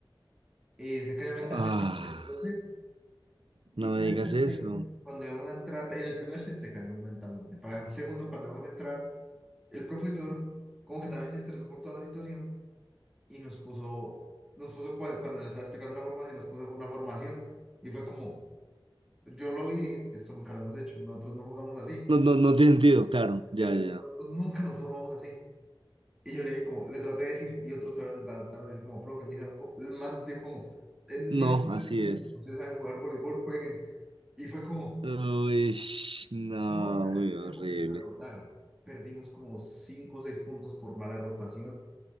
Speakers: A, in the centre; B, on the right (about 75°).
A: Y se cayó mentalmente
B: Ah.
A: en el segundo set. Y
B: No me
A: para
B: digas
A: el tercero,
B: eso.
A: cuando íbamos a entrar, en el primer set se cayó mentalmente. Para el segundo, cuando íbamos a entrar, el profesor como que también se estresó por toda la situación y nos puso, nos puso cuál- cuando nos estaba explicando la formación, nos puso una formación. Y fue como, yo lo vi, y dije, esto nunca lo hemos hecho, nosotros no jugamos así.
B: No, no, no tiene sentido, claro, ya,
A: es- nosotros
B: ya. ya.
A: nunca nos formamos así. Y yo le dije como, le traté de decir, y otros saben le trataron de decir como, profe, me dijeron, oh, el man dijo como, en
B: No,
A: medio de este
B: así
A: tiempo,
B: es.
A: ustedes saben jugar voleibol, jueguen. Y fue como,
B: Uy, sh- no,
A: no, o sea,
B: muy
A: es
B: horrible.
A: el momento de rotar. Perdimos como 5 o 6 puntos por mala rotación,